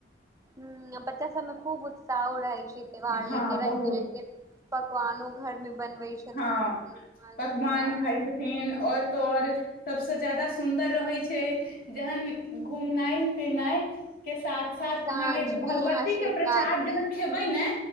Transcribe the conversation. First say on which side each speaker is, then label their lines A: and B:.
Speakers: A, on the right (about 20°); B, on the left (about 50°).
A: हू बच्चा सबमें खूब उत्साह रहय छै। त्योहार
B: हँ
A: लेके रङंग-
B: बहुत
A: बिरंग के पकवानो। घर में बनबै छथिन
B: हँ
A: मालपुआल,
B: पकवान खाइ छथिन
A: दहीबड़ा।
B: और तऽ और सबसँ ज्यादा सुन्दर रहै छै, जहन घूमनाइ-फिरनाइ के साथ। साथ
A: साँझ
B: अहाँके भगवती
A: मे आशीर्वाद
B: के प्रसाद जखन
A: मे
B: खेबै ने